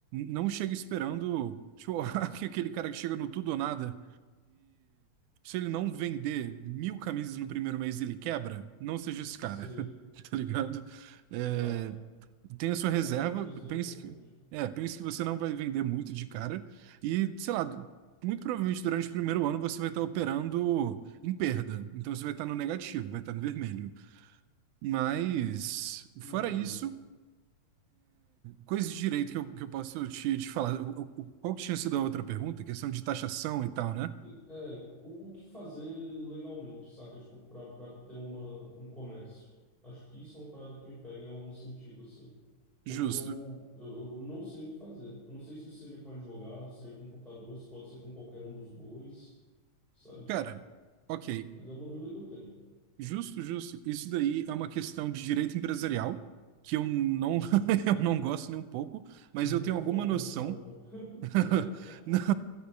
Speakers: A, on the right; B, in the centre.
A: não chega esperando, tipo, <laughs> aquele cara que chega no tudo ou nada se ele não vender mil camisas no primeiro mês, ele quebra, não seja esse
B: Sei,
A: cara, <laughs> tá ligado? É,
B: tá.
A: tenha sua
B: É,
A: reserva,
B: a- acho que isso
A: pense
B: daí é importante.
A: que, é, pense que você não vai vender muito de cara e, sei lá, muito provavelmente durante o primeiro ano você vai estar operando em perda, então você vai estar no negativo, vai estar no vermelho. Mas,
B: Uhum.
A: fora isso, coisa de direito que eu, que eu posso te, te falar. O- o- Qual que tinha sido a outra pergunta? Questão de taxação e tal, né?
B: E- É, o, o que fazer legalmente, saca? Tipo, pra, pra ter uma, um comércio. Acho que isso é uma parada que me pega em algum sentido, assim. Porque
A: Justo.
B: eu, eu, eu não sei o que fazer. Eu não sei se isso seria com advogado, seria com contador, se pode ser com qualquer um dos dois, sabe?
A: Cara, ok.
B: Mas é uma dúvida que eu tenho.
A: Justo, justo. Isso daí é uma questão de direito empresarial, que eu não, <laughs> eu não gosto nem um pouco, mas
B: <laughs>
A: eu tenho alguma
B: Falta
A: noção.
B: essa aula. <laughs>
A: <laughs> Não,